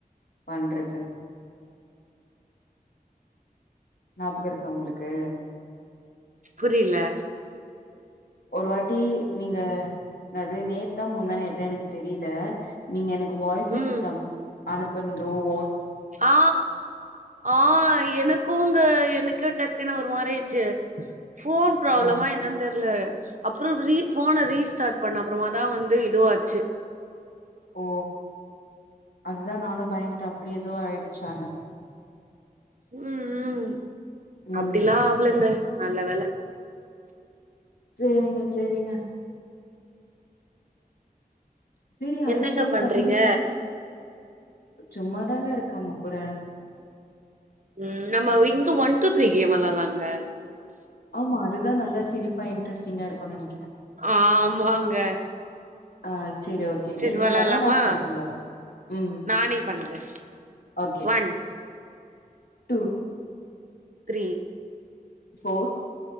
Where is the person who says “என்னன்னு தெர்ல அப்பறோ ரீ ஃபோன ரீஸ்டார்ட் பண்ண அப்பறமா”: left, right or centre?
Right